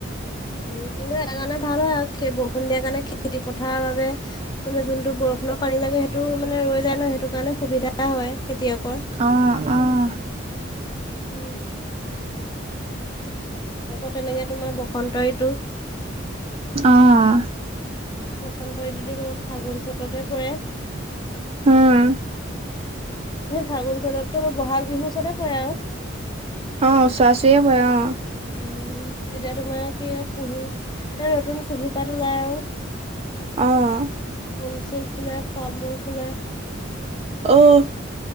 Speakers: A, on the left; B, on the right.
A: উম কিন্তু এটা কাৰণে ভাল হয় আৰু বৰষুণ দিয়াৰ কাৰণে খেতি পথাৰৰ বাবে মানে যোনটো বৰষুণৰ পানী লাগে সেইটো মানে ৰৈ যায় ন সেইটো কাৰণে সুবিধা হয় খেতিয়কৰ।
B: অহ অহ।
A: উম, আকৌ তেনেকে তোমাৰ বসন্ত ঋতু
B: আহ।
A: বসন্ত ঋতুতো তোমাৰ ফাগুন চ'ততে পৰে।
B: হম।
A: ফাগুন, চ'টতো বহাগ বিহুৰ ওচতে পৰে আৰু।
B: অ ওচৰা-ওচৰি পৰে অ।
A: উম' তেতিয়া তোমাৰ কি হয় কুঁহি নতুন কুঁহি পাত উলাই আৰু।
B: অহ।
A: ফুলচুল ফুলে ফলমূল ফুলে।
B: অহ।